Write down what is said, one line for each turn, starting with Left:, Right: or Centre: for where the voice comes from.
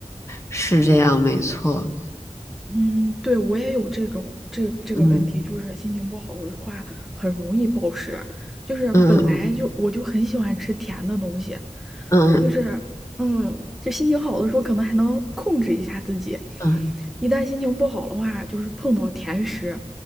Left: 是这样，没错。
Centre: 嗯，对，我也有这种这这个问题，
Left: 嗯
Centre: 就是心情不好的话很容易暴食，就是本来就我就很喜欢吃甜的东西。
Left: 嗯嗯嗯嗯
Centre: 就是，嗯，就心情好的时候可能还能控制一下自己，
Left: 嗯
Centre: 一旦心情不好的话，就是碰到甜食，